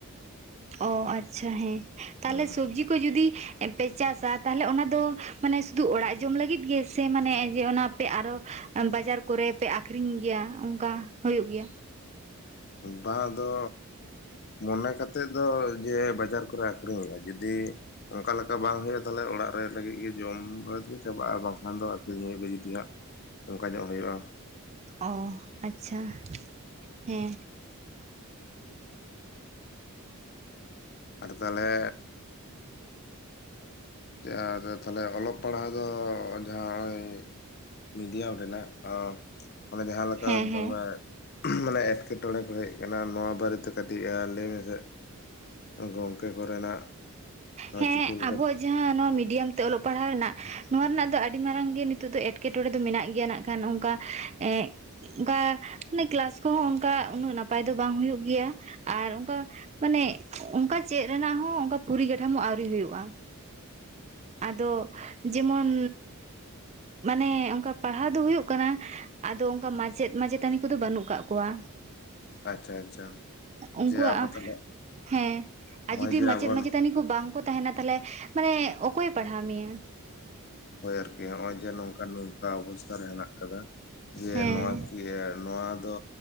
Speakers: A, on the right; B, on the left.
A: ᱚ ᱟᱪᱪᱷᱟ ᱦᱮᱸ ᱛᱟᱦᱚᱞᱮ
B: ᱦᱮᱸ
A: ᱥᱚᱵᱡᱤ ᱠᱚ ᱡᱩᱫᱤ ᱯᱮ ᱪᱟᱥᱟ ᱛᱟᱦᱞᱮ ᱚᱱᱟ ᱫᱚ ᱢᱟᱱᱮ ᱥᱩᱫᱩ ᱚᱲᱟᱜ ᱡᱚᱢ ᱞᱟᱹᱜᱤᱫ ᱜᱮᱥᱮ ᱢᱟᱱᱮ ᱚᱱᱟ ᱯᱮ ᱟᱨᱚ ᱵᱟᱡᱟᱨ ᱠᱚᱨᱮ ᱯᱮ ᱟᱠᱷᱨᱤᱧ ᱜᱮᱭᱟ ᱚᱱᱠᱟ ᱦᱩᱭᱩᱜ ᱜᱮᱭᱟ
B: ᱵᱟᱝ ᱫᱚ ᱢᱚᱱᱮ ᱠᱟᱛᱮᱫ ᱫᱚ ᱡᱮ ᱵᱟᱡᱟᱨ ᱠᱚᱨᱮ ᱟᱠᱷᱨᱤᱧ ᱦᱳᱭᱳᱜ ᱟ ᱡᱩᱫᱤ ᱚᱱᱠᱟ ᱞᱮᱠᱟ ᱵᱟᱝ ᱦᱩᱭᱩᱜᱼᱟ ᱛᱟᱦᱚᱞᱮ ᱚᱲᱟᱜ ᱚᱲᱟᱜ ᱨᱮ ᱞᱟᱹᱜᱤᱫ ᱜᱮ ᱡᱚᱢ ᱵᱟᱲᱟ ᱛᱮ ᱪᱟᱵᱟᱜᱼᱟ ᱵᱟᱝᱠᱷᱟᱱ ᱫᱚ ᱟᱹᱠᱷᱨᱤᱧ ᱦᱩᱭᱩᱜᱼᱟ ᱡᱩᱫᱤ ᱦᱟᱸᱜ ᱚᱱᱠᱟ ᱧᱚᱜ ᱦᱩᱭᱩᱜᱼᱟ
A: ᱚ ᱟᱪᱪᱷᱟ ᱦᱮᱸ
B: ᱟᱴ ᱛᱟᱦᱚᱞᱮ ᱪᱟ ᱨᱮ ᱛᱟᱦᱚᱞᱮ ᱚᱞᱚᱯ ᱯᱟᱲᱦᱟᱣ ᱫᱚ ᱡᱟᱦᱟᱸ ᱱᱚᱜᱼᱚᱭ ᱢᱤᱰᱤᱭᱟᱢ ᱨᱮᱱᱟᱜ ᱚ ᱢᱟᱱᱮ ᱡᱟᱦᱟᱸ ᱞᱮᱠᱟ
A: ᱦᱮᱸ
B: ᱛᱚᱵᱮ
A: ᱦᱮᱸ
B: ᱢᱟᱱᱮ ᱮᱸᱴᱠᱮᱴᱚᱬᱮ ᱠᱚ ᱦᱮᱡ ᱠᱟᱱᱟ ᱱᱚᱣᱟ ᱵᱟᱨᱮᱛᱮ ᱠᱟᱹᱴᱤᱡ ᱞᱟᱹᱭ ᱢᱮᱥᱮ ᱜᱚᱝᱠᱮ ᱠᱚᱨᱮᱱᱟᱜ ᱱᱚᱣᱟ
A: ᱦᱮᱸ
B: ᱪᱤᱠᱤ ᱟᱜᱩ
A: ᱟᱵᱚᱣᱟᱜ
B: ᱠᱟᱛᱮ
A: ᱡᱟᱦᱟᱸ ᱱᱚᱣᱟ ᱢᱤᱰᱤᱭᱟᱢ ᱛᱮ ᱚᱞᱚᱜ ᱯᱟᱲᱦᱟᱣ ᱨᱮᱱᱟᱜ ᱱᱚᱣᱟ ᱨᱮᱱᱟᱜ ᱫᱚ ᱟᱹᱰᱤ ᱢᱟᱨᱟᱝ ᱜᱮ ᱱᱤᱛᱚᱜ ᱫᱚ ᱮᱴᱠᱮᱴᱚᱬᱮ ᱫᱚ ᱢᱮᱱᱟᱜ ᱜᱮᱭᱟ ᱱᱟᱜ ᱠᱷᱟᱱ ᱚᱱᱠᱟ ᱮᱜ ᱚᱱᱠᱟ ᱢᱟᱱᱮ ᱠᱮᱞᱟᱥ ᱠᱚᱦᱚᱸ ᱚᱱᱠᱟ ᱩᱱᱟᱹᱜ ᱱᱟᱯᱟᱭ ᱫᱚ ᱵᱟᱝ ᱦᱩᱭᱩᱜᱭ ᱜᱮᱭᱟ ᱟᱨ ᱚᱱᱠᱟ ᱢᱟᱱᱮ ᱚᱱᱠᱟ ᱪᱮᱫ ᱨᱮᱱᱟᱜ ᱦᱚᱸ ᱚᱱᱠᱟ ᱯᱚᱨᱤᱠᱟᱴᱷᱟᱢᱚ ᱟᱹᱣᱨᱤ ᱦᱩᱭᱩᱜᱼᱟ ᱟᱫᱚ ᱡᱮᱢᱚᱱ ᱢᱟᱱᱮ ᱚᱱᱠᱟ ᱯᱟᱲᱦᱟᱣ ᱫᱚ ᱦᱩᱭᱩᱜ ᱠᱟᱱᱟ ᱟᱫᱚ ᱚᱱᱠᱟ ᱢᱟᱪᱮᱫ ᱢᱟᱪᱮᱛᱟᱱᱤ ᱠᱚᱫᱚ ᱵᱟᱹᱱᱩᱜ ᱠᱟᱜ ᱠᱚᱣᱟ
B: ᱟᱪᱪᱷᱟ ᱟᱪᱪᱷᱟ
A: ᱩᱱᱠᱩᱣᱟᱜ
B: ᱡᱮ ᱟᱵᱚ ᱛᱟᱦᱚᱞᱮ
A: ᱦᱮᱸ
B: ᱱᱚᱜᱼᱚᱭ
A: ᱟᱨ ᱡᱩᱫᱤ
B: ᱡᱮ
A: ᱢᱟᱪᱮᱫ
B: ᱟᱵᱚᱱ
A: ᱢᱟᱪᱮᱛᱟᱱᱤ ᱠᱚ ᱵᱟᱝ ᱵᱟᱝ ᱠᱚ ᱛᱟᱦᱮᱱᱟ ᱛᱟᱦᱞᱮ ᱢᱟᱱᱮ ᱚᱠᱚᱭ ᱯᱟᱲᱦᱟᱣ ᱢᱮᱭᱟ
B: ᱦᱳᱭ ᱟᱨᱠᱤ ᱱᱚᱜᱼᱚᱭ ᱡᱮ ᱱᱚᱝᱠᱟ ᱱᱚᱝᱠᱟ ᱚᱵᱚᱥᱛᱷᱟ ᱨᱮ ᱦᱮᱱᱟᱜ ᱟᱠᱟᱫᱟ ᱡᱮ
A: ᱦᱮᱸ
B: ᱱᱚᱣᱟ ᱠᱤ ᱱᱚᱣᱟ ᱫᱚ